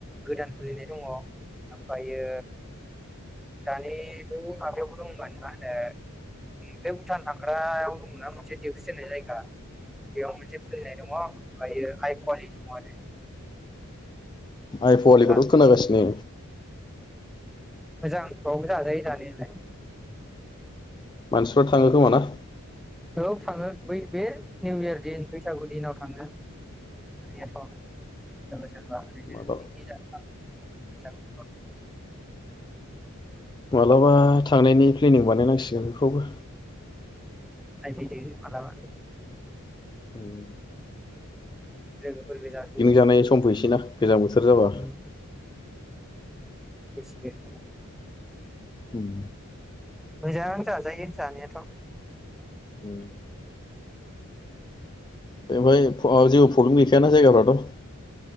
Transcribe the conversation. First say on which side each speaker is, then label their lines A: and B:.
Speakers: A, in the centre; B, on the left.
A: गोदान खुलिनाय दङ ओमफ्रायो दानि बै माबायावबो दंमोन मा होनो बे भुटान थांग्रायाव दंमोनना मोनसे दिउखुसि होननाय जायगा बेयाव मोनसे खुलिनाय दंङ ओमफ्रायो हाइ पुवालि दङ आरो
B: आइफवालिखौथ'
A: बाव जाजायो
B: खोनागासिनो
A: मोजां बावबो जाजायो जानायालाय।
B: मानसिफ्रा थाङो खोमा ना?
A: ओं थांङो बै बे निउ इयार दिन बैसागु दिनाव थांङो थांनायाथ जेनबा ओरैनो
B: मालाबा
A: पिकनिक जानो थांङो बैसागु फोराव
B: मालाबा थांनायनि प्लेनिं बानायनांसिगोन खौबो
A: नायफैदो मालाबा
B: उम
A: लोगोफोर गोजासो सोलोंजागोन
B: जानाय सम फैसैना गोजां बोथोर जाबा
A: फैसिगोन
B: उम
A: मोजां जाजायो जानायाथ
B: उम बेवहाय
A: जायगायाथ'
B: जेबो प्रब्लेम गैखायाना जायगाफ्राथ